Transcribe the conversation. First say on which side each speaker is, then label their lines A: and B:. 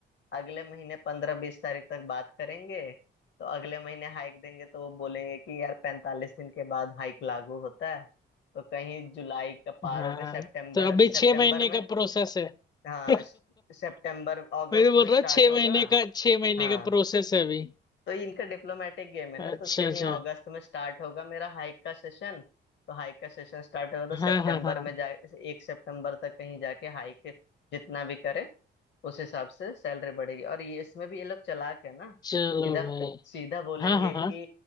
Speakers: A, on the left; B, on the left.
A: अगले महीने पंद्रह बीस तारीख तक बात करेंगे तो अगले महीने हाइक देंगे तो वो बोलेंगे कि यार पैंतालीस दिन के बाद हाइक लागू होता है तो कहीं जुलाई का पार
B: हाँ
A: हो गया सितंबर
B: तो अभी
A: सितंबर
B: छह महीने का
A: में
B: प्रोसेस है
A: हाँ
B: <laughs>
A: सितंबर अगस्त
B: वही तो बोल
A: में स्टार्ट
B: रहा छह
A: होगा
B: महीने का छह महीने
A: हाँ
B: का प्रोसेस है अभी
A: तो इनका डिप्लोमेटिक गेम है
B: अच्छा
A: ना तो कहीं
B: अच्छा
A: अगस्त में स्टार्ट होगा मेरा हाइक का सेशन तो हाइक का सेशन स्टार्ट होगा तो सितंबर
B: हाँ हाँ हाँ
A: में जा एक सितंबर तक कहीं जाके हाइक जितना भी करे उस हिसाब से सैलरी बढ़ेगी और ये इसमें भी ये लोग चालाक है ना
B: चलो
A: सीधा
B: भाई
A: सीधा बोलेंगे
B: हाँ हाँ हाँ
A: कि